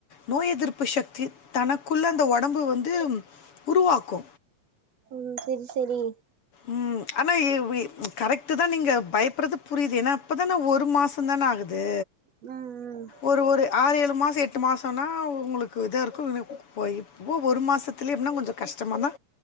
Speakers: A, on the left; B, on the right.
A: நோய் எதிர்ப்பு சக்தி தனக்குள்ள அந்த உடம்பு வந்து உருவாக்கு
B: ம் செரி செரி
A: ம் ஆனா கரெக்ட்டு தா நீங்க பயப்படுறது புரியுது ஏன்னா இப்பதான ஒரு மா சா தான ஆகுது
B: ம் ம்
A: ஒரு ஒரு ஆறுரேழு மாசோ எட்டு மாசனா உங்களுக்கு இதா இருக்கு இப் இப்போ ஒரு மாச பிள்ளியளுக்குனா கொஞ்ச கஷ்டமாக தா